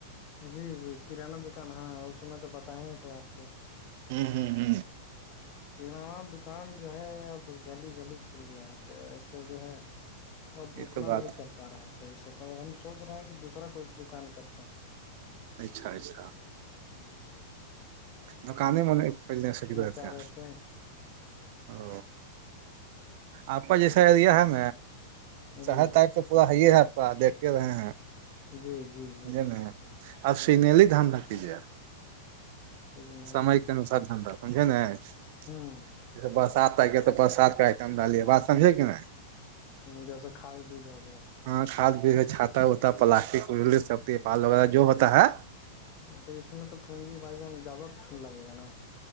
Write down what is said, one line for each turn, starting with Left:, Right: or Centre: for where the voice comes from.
Left: جی جی کریانہ دکان ہاں اس سمے تو بتائے ہی تھے آپ کو
Right: ہوں ہوں
Left: تو کریانہ دکان جو ہے اب گلی گلی کھل گیا ہے تو ایسے جو ہے اب
Right: یہ
Left: اتنا
Right: تو بات
Left: نہیں چل پا رہا ہے صحیح سے تو ہم سوچ رہے ہیں کہ دوسرا کچھ دکان کرتے ہیں
Right: اچھا اچھا
Left: ہوں
Right: <inaudible>
Left: چاہ رہے تھے
Right: او آپا جیسایدیا ہگ چہر
Left: جی
Right: تاریخ تو پورا ہے ہے آپ کا دیکھے رہے ہیں
Left: جی جی جی
Right: سمجھے آپ سی ن ہی دان رکھ کیجیےا
Left: جی
Right: سمعک انسادھن رہا سمجھیں نا جیسے
Left: ہوں
Right: برسات آگیا تو برسات کا آئٹم ڈلیے بات سمجھے کہ نہیں
Left: جیسے کھاد بیج ہو گیا
Right: ہاں کھاد بیج چھاتا وتا پلاسٹک سب تیپال وغیرہ جو ہوتا ہے
Left: تو اس میں تو پوننجی بھائی جان زیادہ لگے گا نا